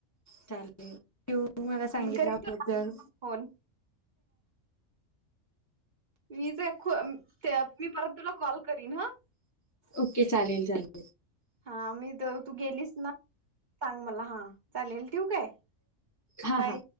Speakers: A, on the left (about 20°); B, on the right (about 40°).
A: <unintelligible> चालेल ठेवू तु मला सांगितल्याबद्दल
B: करीन तुला फोन मी जे खू अ ते मी परत तुला कॉल करीन ह
A: ओके चालेल चाले
B: हा मी जव तू गेलीस ना सांग मला हा चालेल ठेवू काय?
A: हा,
B: बाय
A: हा